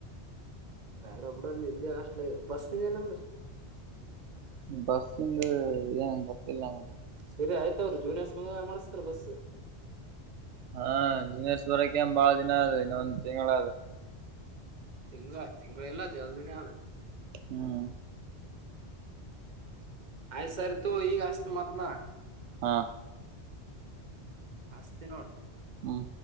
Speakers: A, on the right; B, on the right.
A: ಬೇಡ ಬಿಡಲ್ಲಿ ಇಲ್ಲೇ ಹಾಸ್ಟೇಲ್ ಬಸ್ಸಿಂದ ಏನಂದ್ರ
B: ಬಸ್ಸಿಂದ ಏನ್ ಗೊತ್ತಿಲ್ಲ ನಂಗೆ
A: ಸರಿ ಆಯ್ತ ಅವರು ಜೂನಿಯರ್ಸ್ ಬಂಗ ಮಾಡಿಸತಾರ ಬಸ್
B: ಹಾ ಜೂನಿಯರ್ಸ್ ಬರಕ್ಕೆ ಬಾಳ ದಿನ ಅದ ಇನ್ನೊಂದ್ ತಿಂಗಳ ಅದು
A: ತಿಂಗಳ ತಿಂಗಳು ಇಲ್ಲ ಜಲ್ದಿನೇ ಆದ
B: ಹ್ಮ್
A: ಆಯ್ತು ಸರಿ ತಗೋ ಈಗ ಹಚ್ಚೇತೀನಿ ಮತ್ತ್ ನಾ
B: ಹಾ
A: ಹಚ್ಚೇತೀನಿ ನೋಡು
B: ಹ್ಮ್